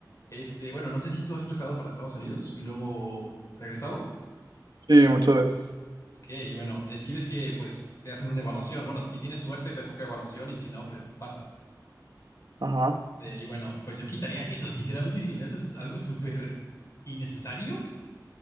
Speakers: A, on the left; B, on the right.
A: Este, bueno, no sé si tú has cruzado para Estados Unidos y luego regresado.
B: Sí, muchas veces.
A: Ok, y bueno, eh, si ves que pues te hacen una evaluación. Bueno, si tienes suerte te toca evaluación y si no, pues pasa, ¿no?
B: Ajá,
A: Eh, y bueno, pues yo quitaría eso. Sinceramente, si me haces algo súper innecesario,